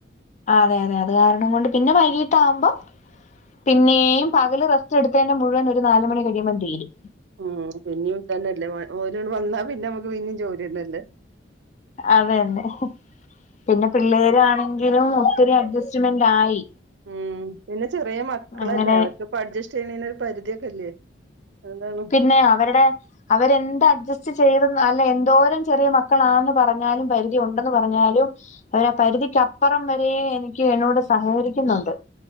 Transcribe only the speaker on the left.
അതെ അതെ അത് കാരണം കൊണ്ട് പിന്നെ വൈകീട്ട് ആവുമ്പൊ പിന്നേയും പകല് റസ്റ്റ് എടുത്തേന്റെ മുഴുവൻ ഒരു നാല് മണി കഴിയുമ്പ തീരും
അതന്നെ പിന്നെ പിള്ളേരാണെങ്കിലും ഒത്തിരി അഡ്ജസ്റ്റ്മെന്റ് ആയി
അങ്ങനെ
ന്നെ അവരടെ അവരെന്തഡ്ജസ്റ്റ് ചെയ്തെന്ന് അല്ല എന്തോരം ചെറിയ മക്കളാന്ന് പറഞ്ഞാലും പരിധി ഒണ്ടെന്ന് പറഞ്ഞാലും അവരാ പരിധിക്കപ്പറം വരെ എനിക്ക് എന്നോട് സഹകരിക്ക്‌ന്നുണ്ട്